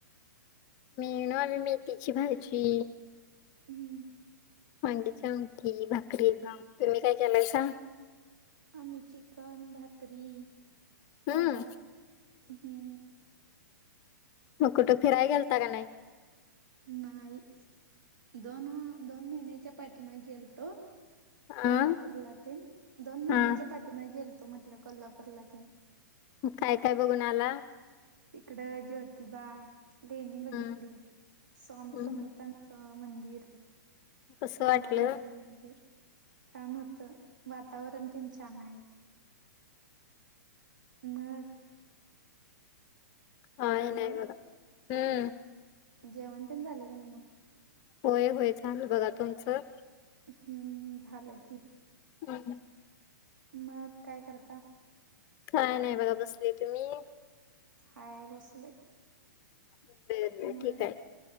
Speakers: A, on the left; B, on the right.
A: मीन वाली मेथीची भाजी
B: हम्म.
A: वांग्याची आमटी, भाकरी, भात. तुम्ही काय केलायसा?
B: आम्ही चिकन, भाकरी,
A: हम्म
B: भात हम्म.
A: मग कुठं फिराय गेलता का नाय?
B: नाही दोन दोन महिन्याच्या पाठीमा गेलतो.
A: अ
B: कोल्हापूरला तेन दोन महिन्याच्या
A: हा
B: पाठीमाग गेलतो म्हटलं कोल्हापूरला तेन.
A: म काय काय बघून आला?
B: तिकडं ज्योतिबा, लेणी
A: हम्म
B: बघितली. स्वामी
A: हम्म
B: समर्था च मंदिर,
A: कसं वाटलं
B: अंबाबाईचं मंदिर. छान होत, वातावरण तेन छान हाय. मग.
A: काय
B: हॅलो
A: नाय बघा हे.
B: जेवण तेन झालं का नाय मग?
A: होय होय झालं बघा, तुमचं?
B: हम्म झालं की.
A: हम्म.
B: मग काय करता?
A: काय नाय बघा बसले. तुम्ही?
B: हाय बसलोय.
A: बर बर
B: म
A: ठीक आहे